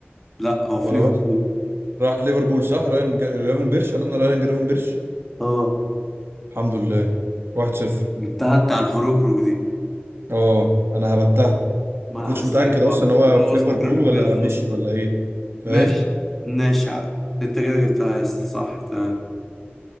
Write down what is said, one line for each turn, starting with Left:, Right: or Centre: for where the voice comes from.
Centre: لأ هو في
Right: ولا
Centre: ليفربول
Right: راح راح ليفربول صح رايان جا- جرافن بيرش هل انا رايان جرافن بيرش
Centre: اه
Right: الحمد لله واحد صفر
Centre: جبتها انت على الحروكروك دي
Right: اه انا هبتها
Centre: ما
Right: ما
Centre: انا
Right: كنتش
Centre: حسيت
Right: متأكد
Centre: برضه
Right: اصلا ان هو
Centre: ان
Right: في
Centre: هو اسمه
Right: ليفربول
Centre: جرافنبرخ
Right: ولا
Centre: اصلا
Right: مشي ولا ايه فاهم
Centre: ماشي ماشي ع- انت كده جبتها يا اسطى صح تمام